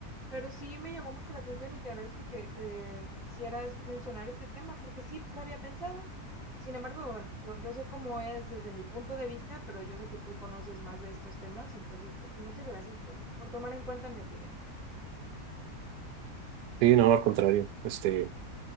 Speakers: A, in the centre; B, on the right.
A: Pero sí me llamó mucho la atención y te agradezco que, que quisieras mencionar este tema, porque sí lo había pensado. Sin embargo, bueno, yo, yo sé cómo es desde mi punto de vista, pero yo sé que tú conoces más de estos temas, entonces, pues sí, muchas gracias por, por tomar en cuenta mi opinión.
B: Sí, no, al contrario. Este,